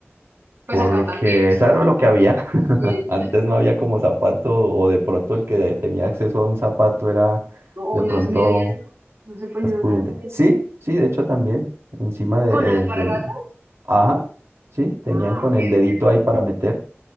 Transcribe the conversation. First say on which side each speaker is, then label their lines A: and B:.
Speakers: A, on the right; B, on the right.
A: Pues
B: porque
A: acá también, o sea,
B: eso
A: los
B: era
A: botones
B: lo que había. <laughs>
A: también.
B: Antes
A: <laughs>
B: no había como zapato, o de pronto el que tenía acceso a un zapato era
A: O
B: de
A: unas
B: pronto.
A: medias, ¿no? No se ponen
B: Más pudiente.
A: unas medias.
B: Sí, sí, de hecho también, encima de,
A: Con alpargatas.
B: eh, del... Ajá, sí, tenían
A: Ah,
B: con
A: ok.
B: el
A: ok.
B: dedito ahí para meter.